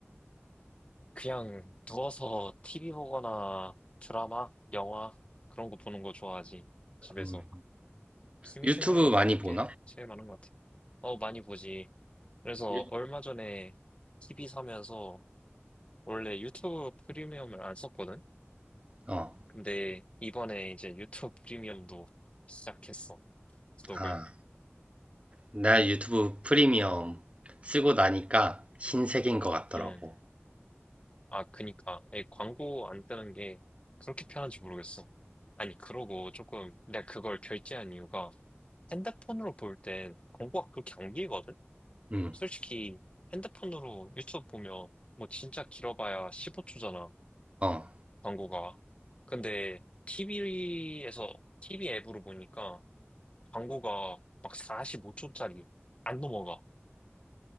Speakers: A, on the left; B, on the right.
A: 그냥 누워서 TV 보거나 드라마, 영화 그런 거 보는 거 좋아하지. 집에서.
B: 음.
A: 취미
B: 유튜브
A: 생활로는
B: 많이
A: 그게
B: 보나?
A: 제일 많은 것 같아. 어, 많이 보지. 그래서
B: 유-
A: 얼마 전에 TV 사면서 원래 유튜브 프리미엄을 안 썼거든?
B: 어.
A: 근데 이번에 이제 유튜브 프리미엄도 시작했어. 구독을.
B: 아, 나 유튜브 프리미엄 쓰고 나니까 신세계인 것 같더라고.
A: 음. 아, 그니까. 이 광고 안 뜨는 게 그렇게 편한지 모르겠어. 아니, 그러고 조금 내가 그걸 결제한 이유가 핸드폰으로 볼 때 광고가 그렇게 안 길거든?
B: 음,
A: 솔직히 핸드폰으로 유튜브 보면 뭐 진짜 길어봐야 15초잖아,
B: 어.
A: 광고가. 근데 TV에서, TV 앱으로 보니까 광고가 막 45초짜리 안 넘어가.